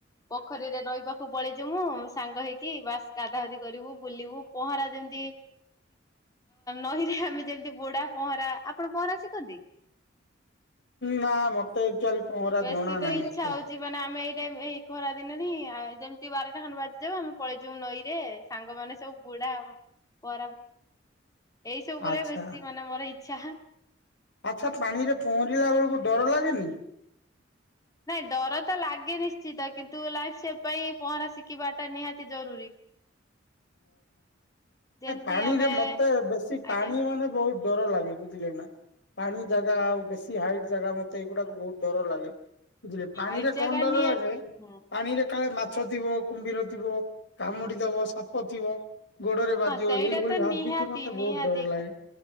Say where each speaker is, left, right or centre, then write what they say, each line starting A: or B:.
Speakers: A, on the left; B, on the left.
A: ପୋଖରୀରେ ନଈ----କୁ ପଳେଇ, ସାଙ୍ଗ ହେଇକି ବାସ୍‌ ଗାଧା ଗାଧି କରିବୁ ବୁଲିବୁ। ପହଁରା ଯେମ୍ତି ନଈରେ ଆମେ ଯେ----------ପହଁରା, ଆପଣ ପହଁରା ଶିଖନ୍ତି।
B: ନା ମତେ ଏକ୍ଚୁଆଲି ପହଁରା
A: ବେଶୀ
B: ଜଣା
A: ତ
B: ନାହିଁ ଏତେ।
A: <inaudible> ସାଙ୍ଗମାନେ ସବୁ ବୁ ଏଇ ସବୁ କରିବା,
B: ଆଚ୍ଛା।
A: ବେଶୀ ମାନେ ମର ଇଛା।
B: ଆଚ୍ଛା, ପାଣିରେ ପହଁରିଲା ଳକୁ ଡ଼ର ଲାଗେନି?
A: ଡ଼ର ତ ଲାଗେ ନିଶ୍ଚିତ, କିନ୍ତୁ ଲାଇପ୍ ସେପ୍ ପାଇଁ ପହଁରା ଶିଖିବା ଟା ନିହାତି ଜରୁରୀ। ଯେମିତି
B: ପାଣିରେ
A: ଆମେ
B: ମତେ, ବେଶୀ ପାଣି
A: ଆଜ୍ଞା
B: ମାନେ ବହୁ ଡ଼ର ଲାଗେ ବୁଝିଲେ ନା। ପାଣି ଜାଗା ଆଉ ବେଶୀ ହାଇଟ୍ ଜାଗା, ମତେ ଏଗୁଡ଼ାକୁ ବହୁତ୍ ଡ଼ର ଲାଗେ। ବୁଝିଲେ, ପାଣିରେ
A: ହାଇଟ୍
B: ଡ଼ର
A: ଜାଗା ନିହାତି
B: ଲାଗେ,
A: ହୁଁ।
B: ପାଣିରେ କାଳେ ମାଛ ଥିବ। କୁ--ର ଥିବ, କାମୁଡ଼ି ଦବ ସାପ ଥିବ। ଗୋଡ଼ରେ ବାଜିବ,
A: ହଁ ସେଇଟା
B: ଏଇଭଳି
A: ତ
B: ଭାବିକି
A: ନିହାତି
B: ମତେ
A: ନିହାତି
B: ହୁତ୍ ଡ଼ର ଲାଗେ।